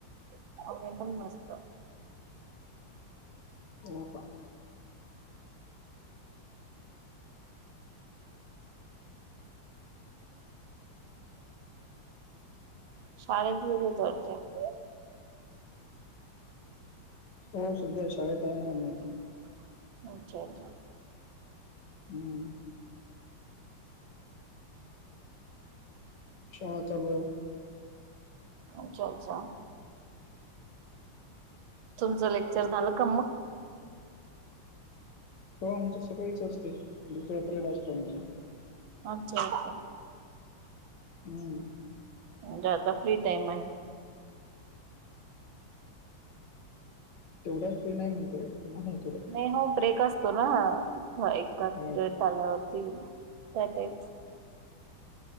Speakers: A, on the right (about 75°); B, on the left (about 60°).
A: <inaudible>
B: हो का
A: <inaudible>
B: हो सध्या शाळेत आहे ना आम्ही आता
A: अच्छा अच्छा
B: हम्म शाळा चालु आहे
A: अच्छा अच्छा तुमचं लेक्चर झालं का मग
B: हो आमच सकाळीच असते सपरेट असतो आमचा
A: अच्छा अच्छा
B: हम्म
A: जा आता फ्री टाइम आहे
B: तेवढा फ्री नाही म्हणतोय पण नाही
A: नाही हो ब्रेक असतो ना एड झाल्यावरती
B: हो
A: त्या टप